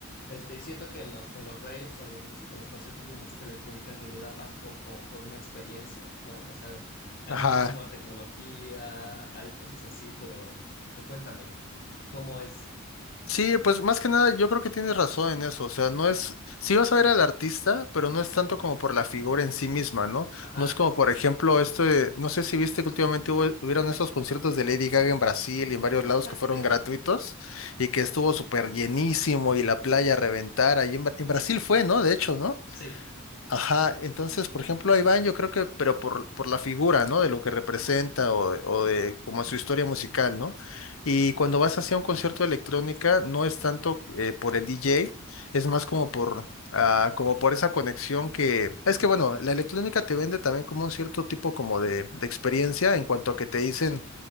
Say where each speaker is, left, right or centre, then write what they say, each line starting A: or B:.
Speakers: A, on the left; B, on the left.
A: Este, y siento que en los, en los raves o en los, musi- en los conciertos de música electrónica en realidad vas po- como por una experiencia, ¿no? O sea, hay
B: Ajá.
A: muchísima tecnología, hay cosas así, pero tú cuéntame, ¿cómo es?
B: Sí, pues más que nada yo creo que tienes razón en eso, o sea, no es, sí vas a ver al artista, pero no es tanto como por la figura en sí misma, ¿no?
A: Ajá,
B: No es como, por ejemplo, esto de, no sé si viste que últimamente hubo, hubieron esos conciertos de Lady Gaga en Brasil y en varios
A: ajá,
B: lados que fueron
A: sí,
B: gratuitos y que estuvo súper llenísimo y la playa a reventar, ahí en, Bra- en Brasil fue, ¿no? De hecho, ¿no?
A: sí,
B: Ajá, entonces, por ejemplo, a Iván, yo creo que, pero por, por la figura, ¿no? De lo que representa o, de- o de como su historia musical, ¿no? Y cuando vas hacia un concierto de electrónica, no es tanto eh, por el DJ, es más como por, ah, como por esa conexión que, es que bueno, la electrónica te vende también como un cierto tipo como de, de experiencia en cuanto a que te dicen